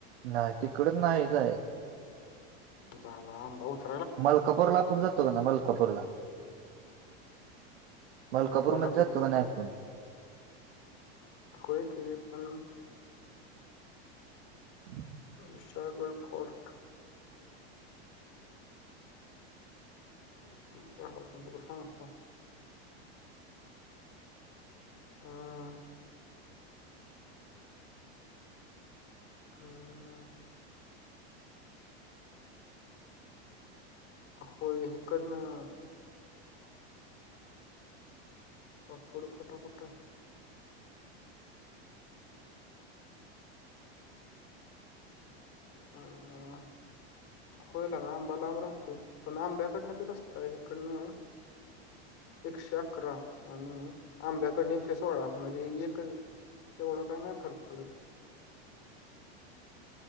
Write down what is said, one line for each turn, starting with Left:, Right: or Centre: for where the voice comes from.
Right: नाय तिकडून नाय जायाच.
Left: <unintelligible> बहुत
Right: मलकापूरला आपण जातो क नाय मलकापूरला. मलकापूरमध्ये
Left: मॅपला टाकू
Right: जातो
Left: दे मला
Right: का नाही
Left: थांब.
Right: आपण.
Left: होय की पण
Right: ह <inaudible>
Left: विशाळगड फोर्ट. <unintelligible> तुला सांगतो हम्म हम्म होय हिकडन. पाचोड फाटा कुठय?
Right: <inaudible>
Left: अं, होय लका आंबा लांब रहातोय पण आंब्याकडनं बी रस्ताय हिकडनं एकशे अकरा आण आंब्याकडन एकशे सोळा म्हणजे एक एवढा काय नाही फरक पडत.